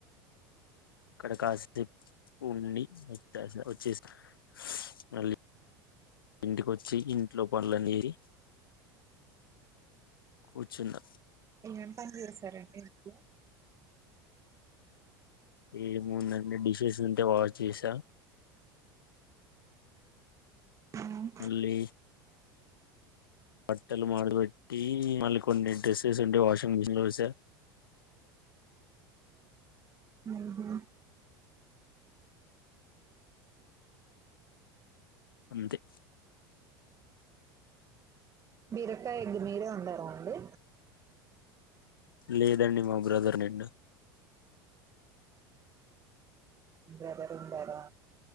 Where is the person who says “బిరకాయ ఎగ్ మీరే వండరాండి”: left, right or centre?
Right